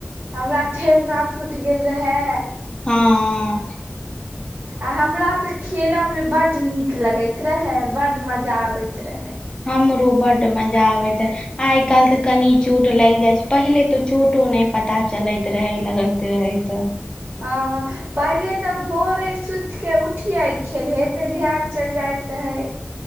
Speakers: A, on the right (about 55°); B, on the left (about 25°).
A: हमरा ठेहुना फुटि गेल रहै।
B: हाॅं
A: आ हमरा तऽ खेलअ मे बड नीक लगैत रहे, बड मजा आबैत रहै।
B: हमरो बड मजा आबैत आइ काल्हि तऽ कनि चोट लागि जाइ छै, पहिले तऽ चोटो नहि पता चलैत रहै लगै त रहै त।
A: आ हा। पहिले तऽ भोरे सुति के उठिये खेलहे पे ध्यान चल जाइत रहै।